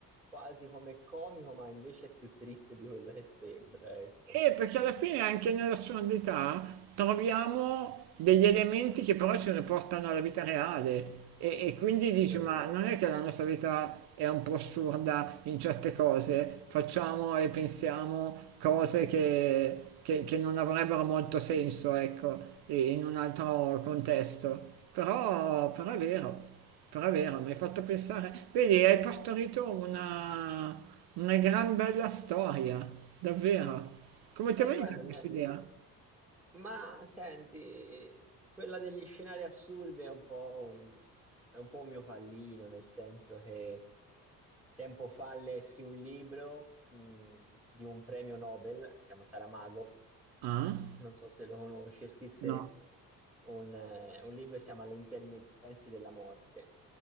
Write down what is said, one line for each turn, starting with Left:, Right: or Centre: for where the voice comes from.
Centre: quasi come comico, ma invece è più triste di quello che sembra, ecco,
Right: E perché alla fine anche nell'assurdità troviamo degli elementi che però ci riportano alla vita reale e, e quindi dici
Centre: certo.
Right: ma non è che la nostra vita è un po' assurda in certe cose, facciamo e pensiamo cose che, che- che non avrebbero molto senso, ecco, e- in un altro contesto, però però è vero. Però è vero, mi hai fatto pensare. Vedi, hai partorito una, una gran bella storia, davvero. Come ti
Centre: Eh,
Right: è venuta
Centre: guarda, ne,
Right: questa
Centre: ne-
Right: idea?
Centre: Ma senti, quella degli scenari assurdi è un po' un, è un po' un mio pallino, nel senso che tempo fa lessi un libro mh, di un premio Nobel, che si chiama Saramago,
Right: Ah?
Centre: non so se lo conosce, scrisse
Right: No.
Centre: un, eh, un libro che si chiama Le intermittenze della morte.